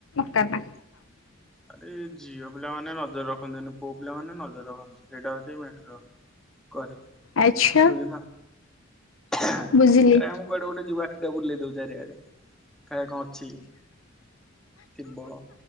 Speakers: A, on the left; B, in the centre.
A: କାବା
B: ଆରେ ଏ ଝିଅ ପିଲାମାନେ ନଜର ରଖନ୍ତିନି ପୁଅ ପିଲା ମାନେ ନଜର ରଖନ୍ତି। ସେଇଟା ହଉଚି ମେଟ୍ରୋ। କରେ
A: ଆଚ୍ଛା
B: ବୁଝିଲ ଆରେ
A: ବୁଝିଲି
B: ଆମକୁ କୁଆଡୁ ଗୋଟେ ଯିବ ଆଖି ଟା ବୁଲେଇ ଦଉ ଚାରିଆଡେ କାଳେ କଣ ଅଛି ଥିବ